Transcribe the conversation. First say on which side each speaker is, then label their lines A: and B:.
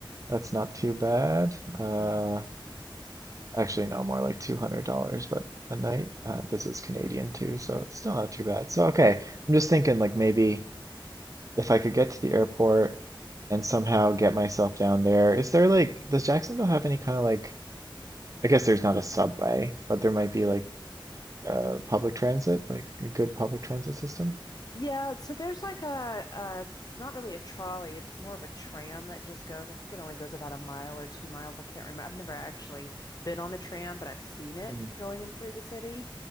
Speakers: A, on the right; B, on the left.
A: That's not too bad. Uh,
B: Mm.
A: actually no more like $200 but a night uh, this is Canadian too so it's still not too bad so okay I'm just thinking like maybe if I could get to the airport and somehow get myself down there is there like does Jacksonville have any kind of like I guess there's not a subway but there might be like uh public transit like a good public transit system
B: Yeah, so there's like a, a not really a trolley, it's more of a tram that just goes. I think it only goes about a mile or two miles. I can't remember. I've never actually been on the tram, but I've seen it
A: Mm.
B: going in through the city.